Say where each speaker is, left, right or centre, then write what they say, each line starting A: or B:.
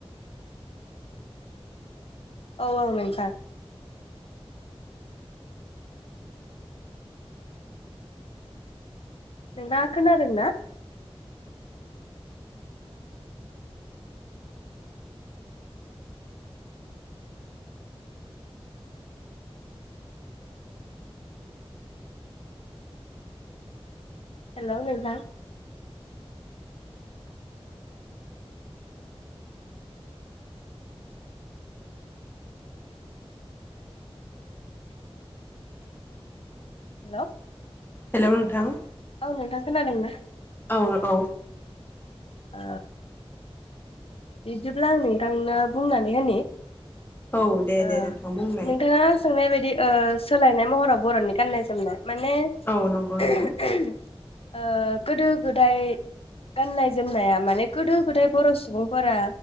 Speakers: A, on the left; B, on the left.
A: औ औ नोंथां। नोंना खोनादोंना? हेलौ नोंथां। हेलौ।
B: हेलौ नोथां।
A: औ नोंथां खोनादों ना?
B: औ औ।
A: ओ बिदिब्ला आं नोंथानो बुंनानै होनि
B: औ दे
A: ओ
B: दे नोंथां बुंलाय।
A: नोंथाङा सोंनाय बायदि ओ सोलायनाय महराव बर'नि गान्नाय जोमनाय। माने
B: औ नंगौ
A: <unintelligible>
B: नोंथां
A: ओ गोदो गोदाय गाननाय जोमनाया माने गोदो गोदाय बर' सुबुं फोरा